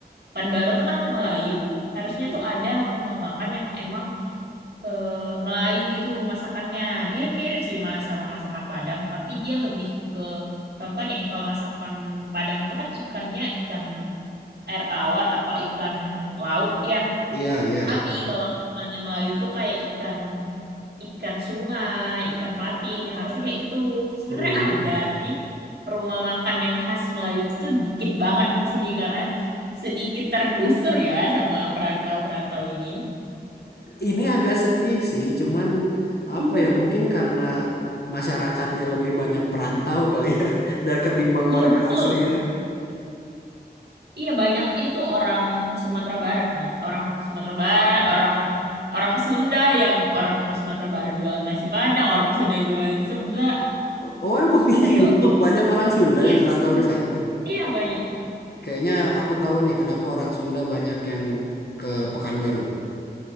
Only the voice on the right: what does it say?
Pekanbaru tuh kan Melayu, harusnya
tuh ada rumah makan yang emang eh, Melayu gitu masakannya. Mirip-mirip sih Mas sama masakan Padang, tapi dia lebih ke contoh nih kalau masakan Padang itu kan ikannya ikan air tawar atau ikan laut ya.
Tapi kalau misalnya Melayu itu kayak ikan ikan sungai, ikan patin yang harusnya kayak gitu. Sebenarnya
ada, tapi rumah makan yang khas Melayu itu tuh dikit banget di sini karena sedikit tergusur ya sama perantau-perantau ini.
Iya.
Iya
betul.
Iya banyak itu orang Sumatera Barat malah orang Sumatera Barat orang orang Sunda yang orang Sumatera Barat jualan nasi Padang orang Sunda jualan seblak
real
yes
iya banyak